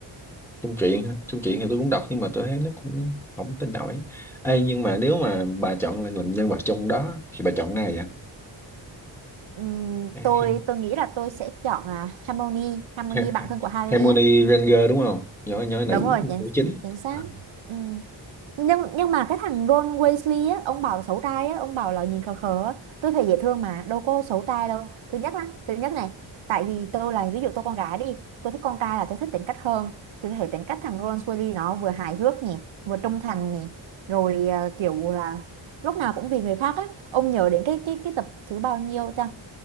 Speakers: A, in the centre; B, on the right (about 75°).
A: Trung truyện hả? Trung truyện thì tôi cũng đọc nhưng mà tôi thấy nó cũng không tin nổi. Ê, nhưng mà nếu mà bà chọn là làm nhân vật trong đó thì bà chọn ai vậy?
B: Ừm,
A: Ha-
B: tôi tôi nghĩ là tôi sẽ chọn là Harmony Harmony
A: Ha-
B: bạn thân của Harry
A: Hermione
B: á
A: Granger đúng không? Nhỏ nhỏ nữ
B: đúng rồi chính
A: nữ chính.
B: chính xác
A: À,
B: Ừm. nhưng nhưng mà cái thằng Ron Weasley á ông bảo là xấu trai á ông bảo là nhìn khờ khờ á tôi thấy dễ thương mà đâu có xấu trai đâu thứ nhất là thứ nhất này tại vì tôi là ví dụ tôi con gái đi tôi thích con trai là tôi thích tính cách hơn thì tôi thấy tính cách thằng Ron Weasley nó vừa hài hước nè vừa trung thành nè rồi à, kiểu là lúc nào cũng vì người khác á ông nhớ đến cái cái cái tập thứ bao nhiêu ta